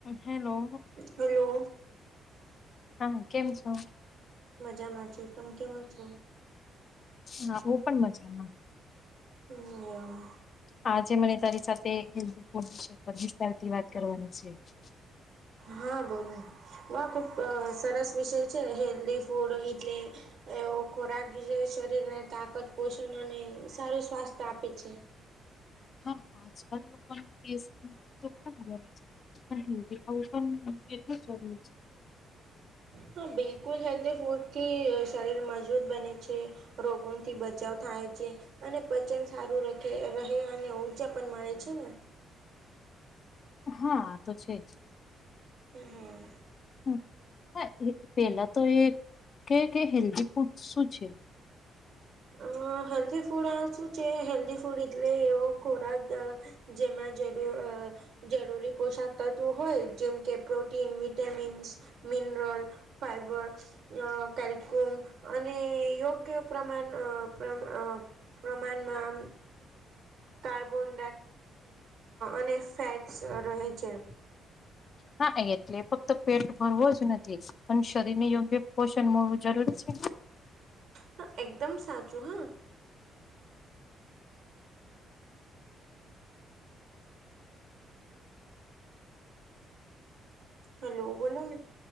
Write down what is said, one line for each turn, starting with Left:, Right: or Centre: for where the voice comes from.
Left: Hello
Right: hello
Left: હા કેમ છો
Right: મજામાં છું તમે કેમ છો
Left: હા હું પણ મજામાં
Right: એવમ
Left: આજે મને તારી સાથે હેલ્ધી ફૂડ વિશે વિસ્તાર થી વાત કરવાની છે
Right: હા બોલો ખુબ સરસ વિષય છે હેલ્ધ ફૂડ એટલે એવો ખોરાક જે શરીરને તાકત પોષણ અને સારું સ્વાસ્થ્ય આપે છે
Left: હા આજકાલ લોકોની કેસ તો ખમ ગમે છે હમ દેખાવું પણ એટલો જરૂરી છે
Right: હા બિલકુલ હેલ્ધી ફૂડથી શરીર મજબૂત બને છે રોગોથી બચાવ થાય છે અને પચન સારું રહે અને બીજા પણ માણે છે ને
Left: હા આ તો છે જ
Right: હમ હા
Left: હ હા પેલા તો એ કે કે હેલ્ધી ફૂડ શું છે
Right: અ હેલ્ધી ફૂડ આ શું છે હેલ્ધી ફૂડ એટલે એવો ખોરાક જેમાં જરૂર અ જરૂરી પોષક તત્વો હોય જેમ કે protein vitamins mineral fibre calcium અને યોગ્ય પ્રમાણ પ્રમા પ્રમાણમાં કાર્બોન અને ફેટ્સ રહે છે
Left: ના એટલે ફક્ત પેટ ભરવો જ નથી અને શરીર ને યોગ્ય પોષણ મળવું જરૂરી છે
Right: હા એકદમ સાચું હા હેલો બોલોલો ને